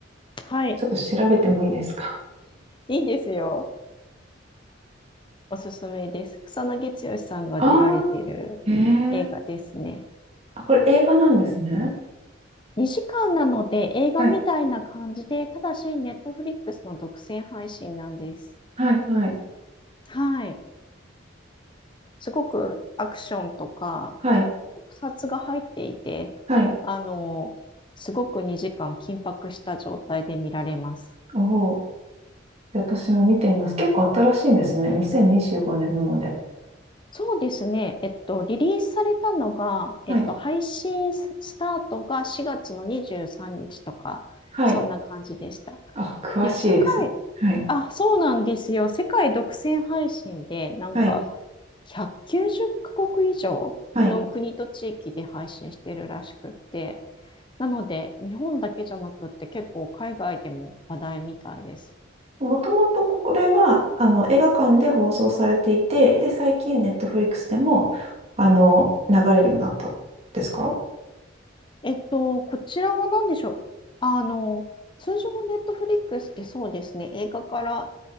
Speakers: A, on the left (about 25°); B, on the right (about 35°).
A: はい。
B: ちょっと調べてもいいですか
A: <laughs> いいですよ。おすすめです。草なぎ剛さんが出られている映画ですね。
B: <laughs> あー、ええあ、これ映画なんですね。
A: 2時間なので映画みたいな感じで、
B: はい。
A: ただし、ネットフリックスの独占配信なんです。
B: はい、はい。
A: はい。すごくアクションとか
B: はい。
A: 特撮が入っていて、
B: はい。
A: あの、すごく2時間緊迫した状態で見られます。
B: おお。私も見ています。結構新しいんですね。2025年なので。
A: そうですね。えっと、リリースされたのが、えっと、
B: はい。
A: 配信スタートが4月の23日とか、
B: はい。
A: そんな感じでした。
B: あ、詳しいですね。
A: で、世界、
B: はい。
A: あ、そうなんですよ。世界独占配信で、なんか、
B: はい。
A: 190カ国以上の国と地域で配信してるらしくって、
B: はい。
A: なので、日本だけじゃなくって結構海外でも話題みたいです。
B: もともとこれは、あの、映画館で放送されていて、で、最近、ネットフリックスでも、あの、流れるようになったんですか
A: えっと、こちらは何でしょうあの、通常ネットフリックスってそうですね、映画から